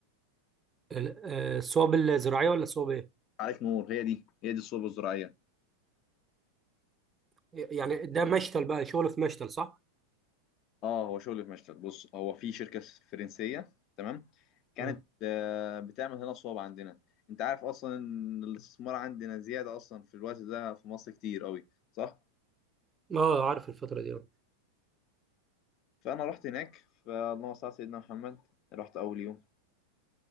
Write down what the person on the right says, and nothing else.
ال- آه، الصواب الزراعيه ولا الصواب ايه
يعني ده مشتل بقى شغل في مشتل صح
اه
آه، عارف الفتره دي آه.